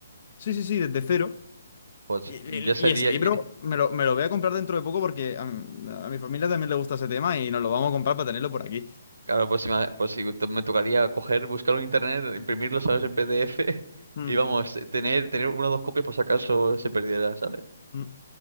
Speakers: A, on the left (about 50°); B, on the right (about 70°).
A: Sí, sí, sí, desde cero.
B: Pues
A: Y, y-
B: ya sería,
A: y ese libro
B: ye-
A: me lo, me lo voy a comprar dentro de poco porque a, mi a mi familia también le gusta ese tema y nos lo vamos a comprar para tenerlo por aquí.
B: claro, pues, si me pues si to- me tocaría coger, buscarlo en internet, imprimirlo, ¿sabes? En PDF <laughs>
A: Mm,
B: y vamos, eh, tener, tener una o dos copias por si acaso se perdiera, ¿sabes?
A: mm.